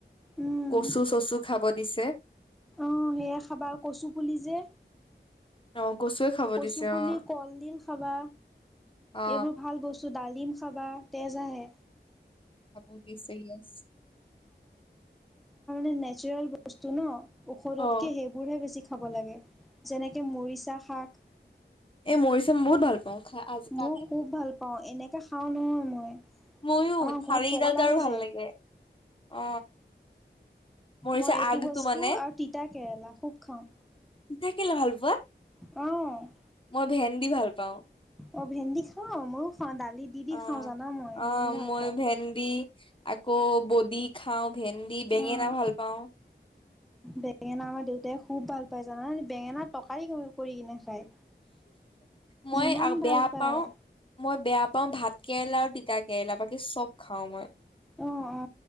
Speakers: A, in the centre; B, on the left.
A: উম
B: কচু চচু খাব দিছে
A: অ সেয়া খাবা কচু পুলি যে
B: অ কচুৱে খাব
A: কচু
B: দিছে
A: পুলি,
B: অ
A: কলডিল, খাবা
B: অ
A: এইবোৰ ভাল বস্তু ডালিম খাবা। তেজ আহে
B: আবুজি চিে <unintelligible>
A: ে নেচাৰেল বস্তু ন ঔষধতকে
B: অ
A: সেইবোৰহে বেছি খাব লাগে যেনেকে মৰিচা শাক
B: এ মৰিছে ম বহুত ভাল পাওঁ আজি কালি
A: মই খুব ভাল পাওঁ এনেকে খাওঁ নহয় মই
B: ময়ো
A: আমাৰ ঘৰত
B: শাৰিডালটো
A: পগলা হৈ
B: আৰু ভাল
A: যায়।
B: লাগে অ মৰিচা
A: মই এইটো
B: আগটো
A: বস্তু
B: মানে
A: আৰু তিতা কেৰেলা খুব খাওওঁ
B: থাকিলে ভাল বোৱা
A: অঁ
B: মই ভেন দি ভাল পাওঁ
A: অ ভেন্দি খাওঁ ময়ো খাওঁ দালি দি দি
B: অ',
A: খাওঁ জানা মই
B: অ',
A: মই ভাল পাওঁ
B: ভেন্দি আকৌ বডি খাওঁ ভেন্দি বেঙেনা
A: অ'।
B: ভাল পাওঁ
A: বেঙেনা আমাৰ দেউতাই খুব ভাল পায় জানান বেঙেনা তটকাৰী কৰি কিনে খায়।
B: মই
A: ইমান
B: বেয়া
A: ভাল পায়
B: পাও মই বেয়া পাও ভাত কেৰেলা আৰু তিতাক সেলাাপাকে চব খাও মই <unintelligible>
A: অ অ